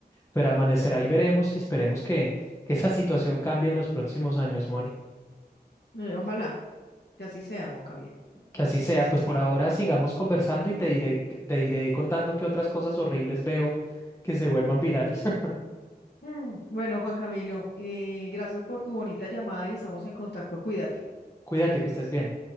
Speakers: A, on the left; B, on the left.
A: Pero amanecerá y veremos y esperemos que, que esa situación cambie en los próximos años, Moni.
B: Eh, ojalá que así sea, Juan Camilo,
A: Que así sea,
B: que así
A: pues
B: sea.
A: por ahora sigamos conversando y te iré, te iré contando qué otras cosas horribles veo que se vuelvan virales. <laughs>
B: Mm. Bueno, Juan Camilo, eh, gracias por tu bonita llamada y estamos en contacto. Cuídate.
A: Cuídate, que estés bien.